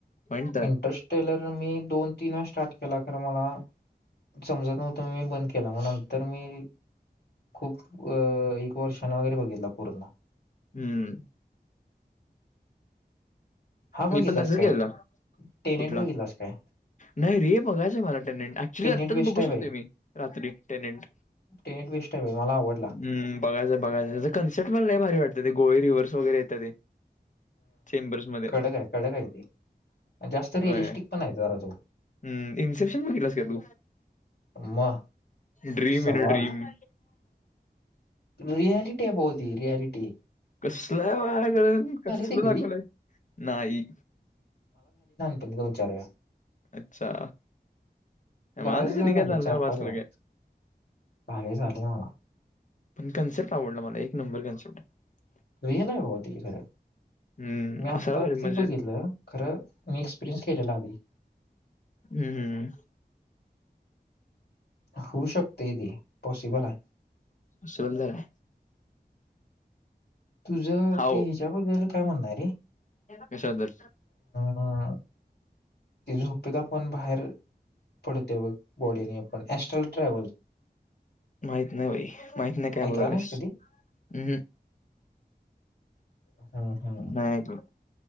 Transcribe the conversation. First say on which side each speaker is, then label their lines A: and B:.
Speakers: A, on the left (about 45°); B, on the left (about 80°).
A: पॉईंट तर आहे.
B: इंटरेस्ट टेलर मी दोन तीन स्टार्ट केला ख मला समजत नव्हत मी मी बंद केला मग नंतर मी खूप एक वर्षानि वगैरे बघितला पूर्ण
A: हम्म
B: हा बघितलास
A: मी पण तसंच
B: काय
A: केलेलं.
B: टेनेंट
A: कुठला?
B: बघितलास काय
A: नाही रे बघायचंय मला टेनेंट ऍक्च्युली
B: टेनेट
A: आत्ताच
B: बेस्ट
A: बघू
B: आहे
A: शकतोय
B: बाई
A: मी रात्री टेनेंट
B: टेनेट बेस्ट आहे बाई मला आवडला
A: हम्म बघायचं बघायचं कन्सर्ट मला नाही भारी वाटत ते गोहे रिव्हर्स वगैरे येतात ते चेंबर्स मध्ये
B: कळ काय कड काये जास्त रिअलिस्टिक
A: होय.
B: पण आहे जरा तो
A: हम्म, इन्सेप्शन बघितलास का तू?
B: म
A: ड्रीम
B: सवाल
A: इन अ ड्रीम.
B: रियलिटी बहती रियलिटी
A: कसलं बाक कसल
B: ते कधी
A: दाखवलंय नाही
B: एकदा विचारूया
A: अच्छा मला
B: बऱ्याच
A: तर
B: वेळा
A: कधी
B: झाले
A: काय झालं
B: चार
A: नाही बाबा
B: पाच
A: असलं
B: वेळा
A: काय.
B: चाले झाले मला
A: पण कन्सेप्ट आवडला मला एक नंबर कन्सेप्ट आहे
B: रियल आहेफ होती ख
A: हम्म
B: मी आता
A: असायला पाहिजे
B: ते
A: म्हणजे
B: बघितलं खरं मी एक्सपिरियन्स केलेला आधी
A: हम्म हम्
B: होऊ शकते दे पॉसिबल आहे
A: सुंदर आहे
B: तुझं
A: हाव
B: ते ह्याच्याबद्दल काय म्हणणारे
A: कशाबद्दल
B: अं ते झोपेत आपण बाहेर पडते बॉडी नाही पण एस्ट्रल ट्रॅव्हल
A: माहित नाही भाई माहित नाही काय
B: ऐकला
A: बोलालस
B: नाहीस
A: हम्
B: हा हा
A: नाही ऐकलं